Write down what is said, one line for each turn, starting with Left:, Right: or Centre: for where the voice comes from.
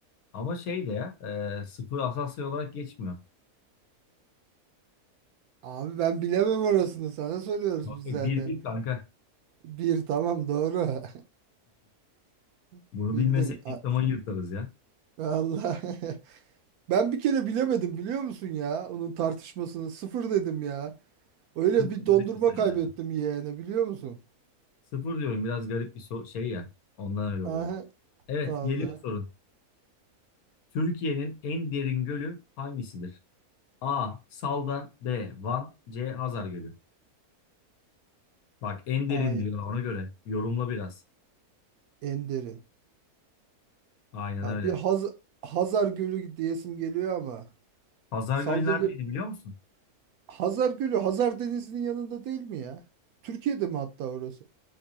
Left: Ama şey de ya e, sıfır Asasya olarak geçmiyor.
Right: Abi ben bilemem orasını sana soruyoruz
Left: Bak
Right: biz
Left: bak,
Right: zaten.
Left: bir bir kanka.
Right: bir tamam doğru. <laughs>
Left: Bunu
Right: Bildin.
Left: bilmesek
Right: A-
Left: diplomayı yırtarız ya.
Right: Allah. <laughs> Ben bir kere bilemedim biliyor musun ya? Onun tartışmasını sıfır dedim ya. Öyle
Left: Sıfır
Right: bir
Left: garip
Right: dondurma
Left: bir sayı
Right: kaybettim
Left: yani.
Right: yeğene biliyor musun?
Left: Sıfır diyorum biraz garip bir so- şey ya. Ondan öyle oluyor.
Right: Aha
Left: Evet
Right: vallahi.
Left: geliyor sorun. Türkiye'nin en derin gölü hangisidir? A. Salda B. Van C. Hazar Gölü. Bak en derin
Right: Ay
Left: diyor ona göre. Yorumla biraz.
Right: en derin.
Left: Aynen
Right: Ya
Left: öyle.
Right: bir Haz Hazar Gölü diyesim geliyor ama.
Left: Hazar
Right: Salda
Left: Gölü neredeydi
Right: Gölü.
Left: biliyor musun?
Right: Hazar Gölü Hazar Denizi'nin yanında değil mi ya? Türkiye'de mi hatta orası?